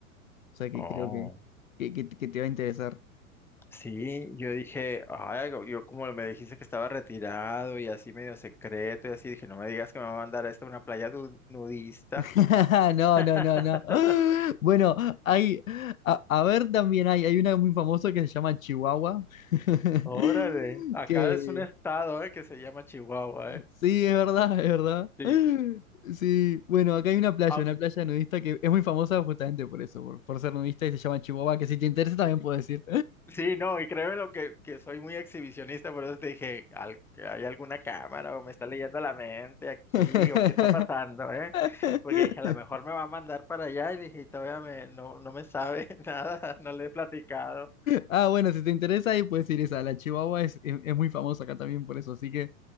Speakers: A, on the left; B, in the centre.
A: O sea que
B: Oh.
A: creo que, que, que- que te va a interesar.
B: Sí, yo dije, ay, go- yo como me dijiste que estaba retirado y así medio secreto y así, dije, no me digas que me va a mandar a esta una playa du- nudista.
A: <laughs> No,
B: <laughs>
A: no, no, no. <gasps> Bueno, hay, a, a ver también hay, hay una muy famosa que se llama Chihuahua. <laughs>
B: Órale, acá
A: Que
B: es un estado, eh, que se llama Chihuahua, eh.
A: sí, es verdad, es verdad.
B: Sí.
A: <gasps> Sí, bueno, acá hay una playa,
B: Ah,
A: una playa nudista que es muy famosa justamente por eso, por, por ser nudista y se llama Chihuahua, que si te interesa también puedes ir.
B: Sí, no, y créeme lo que, que soy muy exhibicionista, por eso te dije, al- que ¿hay alguna cámara o me está leyendo la mente aquí
A: <laughs>
B: o qué está pasando, eh? Porque dije, a lo mejor
A: <laughs>
B: me va a mandar para allá y dije, y todavía me, no, no me sabe <laughs> nada, no le he platicado.
A: Ah, bueno, si te interesa ahí puedes ir esa. La Chihuahua es, es- es muy famosa acá también por eso, así que,